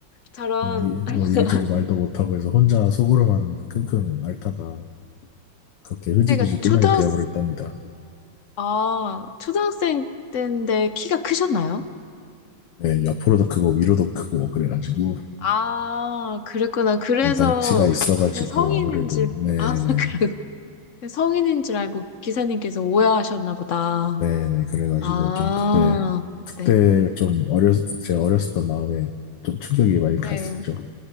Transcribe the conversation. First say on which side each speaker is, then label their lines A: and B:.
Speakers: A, on the left; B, on the left.
A: 저런.
B: 예,
A: <laughs>
B: 뭐 이리저리 말도 못하고 해서 혼자 속으로만 끙끙 앓다가 그렇게
A: 그때가
B: 흐지부지 끝나게
A: 초등학,
B: 되어버렸답니다.
A: 아, 초등학생 때인데 키가 크셨나요?
B: 네, 옆으로도 크고 위로도 크고 뭐 그래가지고.
A: 아, 그랬구나. 그래서
B: 덩치가 있어가지고
A: 그냥 성인인
B: 아무래도
A: 줄,
B: 네네
A: 아, <laughs> 그래. 성인인 줄 알고 기사님께서 오해하셨나 보다.
B: 네네 그래가지고
A: 아,
B: 좀 그때 그때
A: 네.
B: 좀 어렸 제 어렸었던 마음에 좀 충격이 많이 갔었죠.
A: 네.